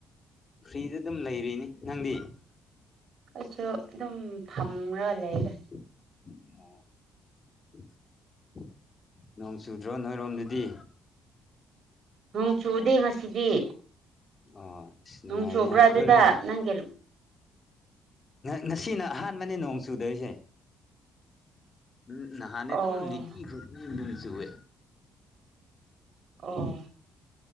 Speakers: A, on the left; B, on the right.
A: ꯐ꯭ꯔꯤꯗ ꯑꯗꯨꯝ ꯂꯩꯔꯤꯅꯤ ꯅꯪꯗꯤ
B: ꯑꯩꯁꯨ ꯑꯗꯨꯝ ꯐꯝꯔꯥ ꯂꯩꯕꯅꯦ
A: ꯑꯣ ꯅꯣꯡ ꯆꯨꯗ꯭ꯔꯣ ꯅꯣꯏꯔꯣꯝꯗꯗꯤ
B: ꯅꯣꯡ ꯆꯨꯗꯦ ꯉꯁꯤꯗꯤ
A: ꯑꯣ ꯅꯨꯡꯉꯥꯏꯅꯦ
B: ꯅꯣꯡ ꯆꯨꯕ꯭ꯔꯥ
A: ꯑꯩꯈꯣꯏꯔꯣꯝꯁꯨ
B: ꯑꯗꯨꯗ ꯅꯪꯒꯤ
A: ꯉꯁꯤꯅ ꯑꯍꯥꯟꯕꯅꯦ ꯅꯣꯡ ꯆꯨꯗꯣꯏꯁꯦ ꯎꯝ ꯅꯍꯥꯜꯗꯤ ꯑꯗꯨꯝ
B: ꯑꯣ
A: ꯅꯨꯡꯇꯤ ꯈꯨꯗꯤꯡꯒꯤ ꯆꯨꯏꯌꯦ
B: ꯑꯣ